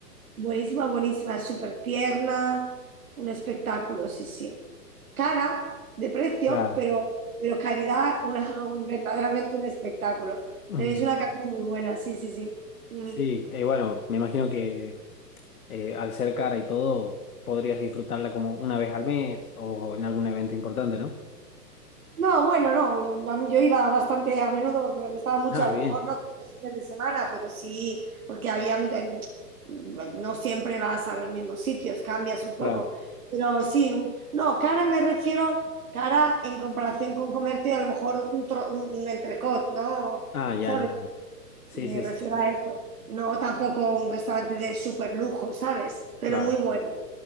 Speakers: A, on the right; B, on the left.
A: buenísima, buenísima, súper tierna, un espectáculo, sí, sí. Cara de precio,
B: claro.
A: pero, pero calidad, una, <laughs> un- verdaderamente un espectáculo.
B: ujú.
A: Tenéis una carne muy buena, sí, sí, sí. Mm.
B: Sí, eh, bueno, me imagino que eh, al ser cara y todo, podrías disfrutarla como una vez al mes o en algún evento importante, ¿no?
A: No, bueno, no, la- yo iba bastante a menudo porque me gustaba mucho,
B: Ah,
A: a lo
B: bien,
A: mejor no todos los fines de semana, pero sí, porque había mucha- no siempre vas a los mismos sitios, cambias un poco,
B: claro.
A: pero sí, un- no, cara me refiero, cara en comparación con comerte a lo mejor un, tro- un entrecot, ¿no?
B: Ah, ya,
A: ¿Sabes?
B: ya, ya. Sí,
A: Me
B: sí,
A: refiero
B: sí, sí,
A: a eso, no tampoco un restaurante de súper lujo, ¿sabes? Pero
B: claro.
A: muy bueno,